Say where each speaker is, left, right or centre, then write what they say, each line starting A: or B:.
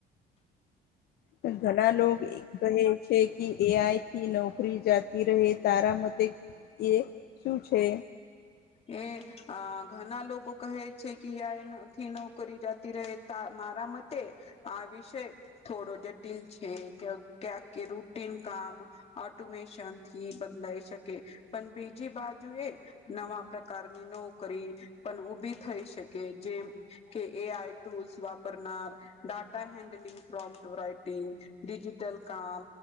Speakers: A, on the left; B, on the left.
A: પણ ઘણા લોકો ઈ કહે. છે કી એ આઈ થી નોકરી જાતી રહે તારા મતે એ શું છે?
B: એ અ ઘના લોકો કહે છે કે એ આઈ નથી નોકરી જાતી રહે. તા મારા મતે આ વિષય થોડો જટિલ છે કયો ક્યાંક કે રૂટીન કામ ઓટોમેશનથી બદલાઈ શકે પણ બીજી બાજુએ નવા પ્રકારની નોકરી પણ ઉભી થઈ શકે જે મકે એ આઈ ટૂલ્સ વાપરનાર data handling, prompt writing, digital કામ